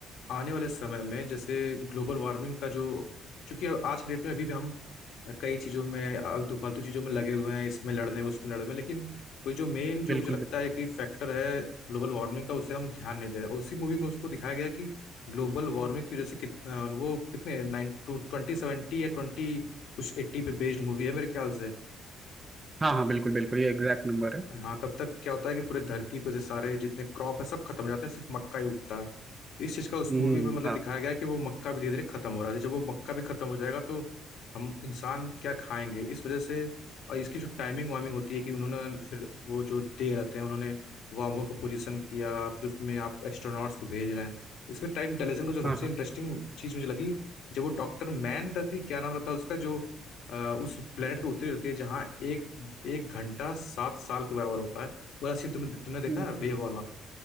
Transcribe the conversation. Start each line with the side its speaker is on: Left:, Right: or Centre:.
Left: आने वाले समय में जैसे ग्लोबल वार्मिंग का जो क्योंकि अब आज के डेट में अभी भी हम कई चीजों में आलतू फालतू चीजों में लगे हुए हैं इसमें लड़ने उसमें लड़ने लेकिन कोई जो मेन जो
Right: बिल्कुल
Left: मुझे लगता है कि फैक्टर है ग्लोबल वार्मिंग का उसे हम ध्यान नहीं दे रहे हैं। उसी मूवी में उसको दिखाया गया है कि ग्लोबल वार्मिंग की वजह से कितना वो कितने नाइन टू ट्वेंटी सेवेंटी या ट्वेंटी कुछ एट्टी पे बेस्ड मूवी है मेरे ख्याल से
Right: हाँ हाँ बिल्कुल बिल्कुल ये एग्जैक्ट नंबर है
Left: हाँ तब तक क्या होता है कि पूरी धरती पर से सारे जितने क्रॉप है सब खत्म हो जाते हैं सिर्फ मक्का ही उगता है इस चीज का उस
Right: हम्म
Left: मूवी में मतलब
Right: हाँ
Left: दिखाया गया है कि वो मक्का भी धीरे धीरे खत्म हो रहा है जब वो मक्का भी खत्म हो जाएगा तो हम इंसान क्या खाएंगे इस वजह से और इसकी जो टाइमिंग वाइमिंग होती है कि उन्होंने फिर वो जो दे रहते हैं उन्होंने वार्म होल को पोजीशन किया फिर उसमें आप एस्ट्रोनॉट्स को भेज रहे हैं इसमें टाइम डिलेशन का जो सबसे
Right: हाँ हाँ
Left: इंटरेस्टिंग चीज मुझे लगी जब वो डॉक्टर मैन रहती है क्या नाम रहता है उसका जो अ, उस प्लेनेट पे उतरी रहती है जहाँ एक एक घंटा सात साल के बराबर होता है पूरा सीन तुमने तुमने देखा
Right: हम्म,
Left: है वेव वाला